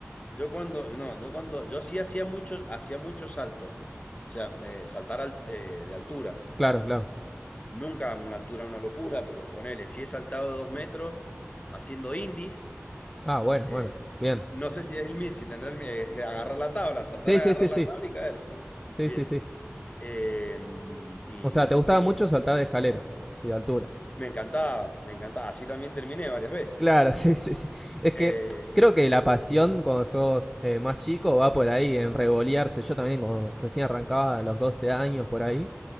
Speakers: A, on the left; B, in the centre.
A: Yo cuando, no, yo cuando, yo sí hacía muchos, hacía muchos saltos. O sea, me, saltar al- eh, de alturas.
B: Claro, claro.
A: Nunca una altura una locura, pero ponele, si he saltado de dos metros haciendo indies,
B: Ah, bueno,
A: eh,
B: bueno, bien.
A: no sé si es el mismo, si tendrá el mi- es agarrar la tabla, saltar,
B: Sí,
A: agarrar
B: sí, sí, sí.
A: la tabla y caer.
B: Sí,
A: Bien.
B: sí, sí.
A: Eh, y
B: O sea, te gustaba mucho saltar de escaleras y de altura.
A: me encantaba, me encantaba. Así también terminé varias veces.
B: Claro, <laughs> sí, sí, sí. Es que
A: Eh,
B: creo que la pasión cuando sos eh, más chico va por ahí, en regolearse. Yo también, cuando recién arrancaba a los 12 años por ahí,